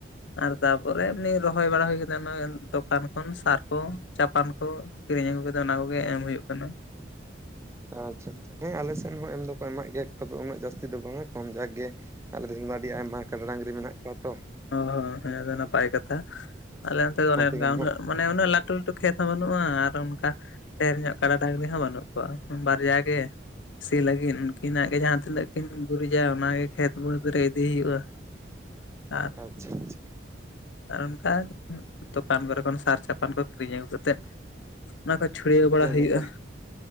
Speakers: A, on the left (about 80°); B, on the right (about 15°).
A: ᱟᱨ ᱛᱟᱯᱚᱨᱮ ᱮᱢᱱᱤ ᱨᱚᱦᱚᱭ ᱵᱟᱲᱟ ᱦᱩᱭ ᱠᱟᱛᱮ ᱱᱚᱜ-ᱚᱭ ᱛᱚᱠᱛᱟᱱ ᱠᱷᱚᱱ ᱥᱟᱨ ᱠᱚ ᱪᱟᱯᱟᱱ ᱠᱚ ᱠᱤᱨᱤᱧ ᱟᱹᱜᱩ ᱠᱟᱛᱮ ᱚᱱᱟ ᱠᱚᱜᱮ ᱮᱢ ᱦᱩᱭᱩᱜ ᱠᱟᱱᱟ
B: ᱟᱪᱪᱷᱟ ᱟᱪᱪᱷᱟ ᱦᱮᱸ ᱟᱞᱮ ᱥᱮᱱ ᱦᱚᱸ ᱮᱢ ᱫᱚᱠᱚ ᱮᱢᱟᱜ ᱜᱮᱭᱟ ᱛᱚᱵᱮ ᱩᱱᱟᱹᱜ ᱡᱟᱹᱥᱛᱤ ᱫᱚ ᱵᱟᱝ-ᱟ ᱠᱚᱢ ᱡᱟᱠ ᱜᱮ ᱟᱞᱮ ᱨᱮᱱ ᱢᱟ ᱟᱹᱰᱤ ᱟᱭᱢᱟ ᱠᱟᱰᱟ ᱰᱟᱝᱨᱤ ᱢᱮᱱᱟᱜ ᱠᱚᱣᱟ ᱛᱚ
A: ᱚᱸ ᱦᱮᱸ ᱫᱚ ᱱᱟᱯᱟᱭ ᱠᱟᱛᱷᱟ ᱟᱞᱮ ᱚᱱᱛᱮ ᱫᱚ
B: ᱚᱱᱟ
A: ᱚᱱᱮ
B: ᱛᱮᱜᱮ
A: ᱚᱱᱠᱟ
B: ᱱᱟᱦᱟᱜ
A: ᱩᱱᱟᱹᱜ ᱢᱟᱱᱮ ᱩᱱᱟᱹᱜ ᱞᱟᱹᱴᱩ ᱞᱟᱹᱴᱩ ᱠᱷᱮᱛ ᱦᱚᱸ ᱵᱟᱹᱱᱩᱜ-ᱟ ᱟᱨ ᱚᱱᱠᱟ ᱰᱷᱮᱨ ᱧᱚᱜ ᱠᱟᱰᱟ ᱰᱟᱝᱨᱤ ᱦᱚᱸ ᱵᱟᱹᱱᱩᱜ ᱠᱚᱣᱟ ᱵᱟᱨᱭᱟ ᱜᱮᱼᱼ ᱥᱤ ᱞᱟᱹᱜᱤᱫ ᱩᱱᱠᱤᱱᱟᱜ ᱜᱮ ᱡᱟᱦᱟᱸ ᱛᱤᱱᱟᱹᱜ ᱠᱤᱱ ᱜᱩᱨᱤᱡᱟ ᱚᱱᱟ ᱜᱮ ᱠᱷᱮᱛ ᱵᱟᱹᱫᱽ ᱨᱮ ᱤᱫᱤ ᱦᱩᱭᱩᱜ-ᱟ ᱟᱨ
B: ᱟᱪᱪᱷᱟ ᱟᱪᱪᱷᱟ
A: ᱟᱨ ᱚᱱᱠᱟᱱ ᱫᱚᱠᱟᱱ ᱠᱚᱨᱮ ᱠᱷᱚᱱ ᱥᱟᱨ ᱪᱟᱯᱟᱱ ᱠᱚ ᱠᱤᱨᱤᱧ ᱟᱹᱜᱩ ᱠᱟᱛᱮᱜ ᱚᱱᱟ ᱠᱚ ᱪᱷᱩᱲᱭᱟᱹᱣ
B: ᱦᱮᱸ ᱜᱚᱝᱠᱮ
A: ᱵᱟᱲᱟ ᱦᱩᱭᱩᱜ-ᱟ
B: ᱱᱮᱛᱟᱨ